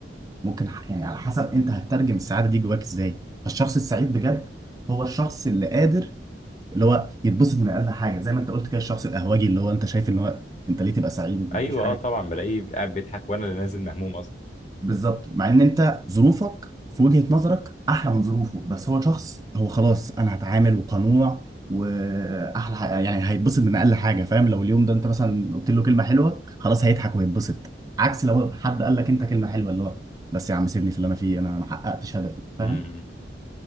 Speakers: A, on the right (about 20°); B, on the left (about 40°).
A: ممكن ح- يعني على حسب انت هتترجم السعادة دي جواك ازاي فالشخص السعيد بجد هو الشخص اللي قادر اللي هو يتبسط من اقل حاجة زي ما انت قلت كده الشخص القهوجي اللي هو انت شايف ان هو انت ليه تبقى سعيد انت
B: ايوه
A: مفيش حاجة
B: اه طبعا بلاقيه قاعد بيضحك وانا اللي نازل مهموم اصلا
A: بالظبط مع ان انت ظروفك في وجهة نظرك احلى من ظروفه بس هو شخص هو خلاص انا هتعامل وقنوع واحلى ح- يعني هيتبسط من اقل حاجه فاهم لو اليوم ده انت مثلا قلت له كلمه حلوه خلاص هيضحك ويتبسط عكس لو حد قال لك انت كلمه حلوه اللي هو بس يا عم سيبني في اللي انا فيه انا ما حققتش هدفي فاهم
B: امم